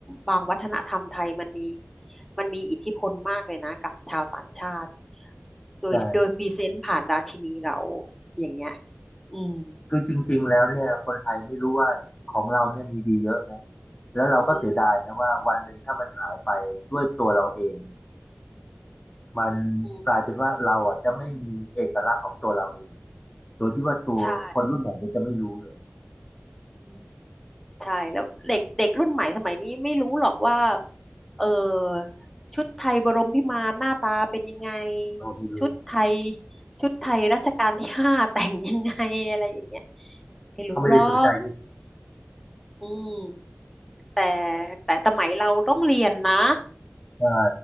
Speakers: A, in the centre; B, on the left.
A: บางวัฒนธรรมไทยมันมีมันมีอิทธิพลมากเลยนะกับชาวต่างชาติโดยโดยพรีเซนต์ผ่านราชินีเรา
B: ใช่
A: อย่างเงี้ยอืม
B: คือจริงๆแล้วเนี่ยคนไทยไม่รู้ว่าของเราเนี่ยมีดีเยอะนะแล้วเราก็เสียดายนะว่าวันหนึ่งถ้ามันหายไปด้วยตัวเราเอง
A: อืม
B: มัน
A: อืม
B: กลายเป็นว่าเราอ่ะจะไม่มีเอกลักษณ์ของตัวเราเองโดยที่ว่าตัวคนรุ่นใหม่เนี่ยจะไม่รู้เลย
A: ใช่อืมใช่แล้วเด็กเด็กรุ่นใหม่สมัยนี้ไม่รู้หรอกว่าเออชุดไทยบรมพิมานหน้าตาเป็นยังไง
B: เราไม่รู้
A: ชุดไทยชุดไทยรัชกาลที่ห้า <laughs> แต่งยังไงอะไรอย่างเงี้ยไม่รู้หรอก
B: เขาไม่ได้สนใจด้วย
A: อืม แต่แต่สมัยเราต้องเรียนนะ
B: ใช่